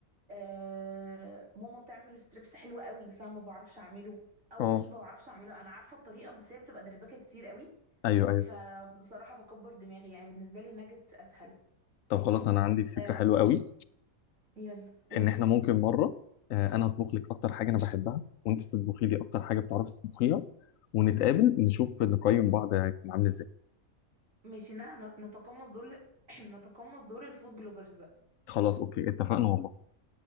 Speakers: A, on the right; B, on the left.
A: آه، ماما بتعمل ستريبس حلو قوي بس انا ما بعرفش اعمله او
B: اه
A: مش بعرفش اعمله انا عارفه الطريقه بس هي بتبقى دربكه كتير قوي
B: ايوه ايوه
A: فبصراحه بكبر دماغي يعني بالنسبه لي الناجتس اسهل
B: طب خلاص انا عندي فكرة
A: آه
B: حلوة قوي
A: يلا قولي
B: ان احنا ممكن مره آه، انا اطبخ لك اكتر حاجه انا بحبها وانت تطبخي لي اكتر حاجه بتعرفي تطبخيها ونتقابل نشوف نقيم بعض عامل ازاي
A: ماشي ن- نتقمص دور <clears throat> نتقمص دور الفود بلوجرز بقى
B: خلاص اوكي اتفقنا والله